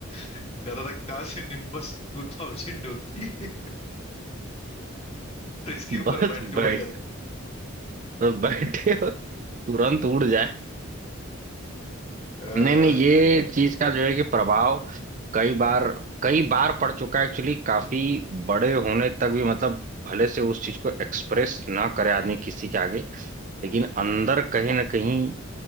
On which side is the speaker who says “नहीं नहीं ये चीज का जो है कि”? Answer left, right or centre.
Right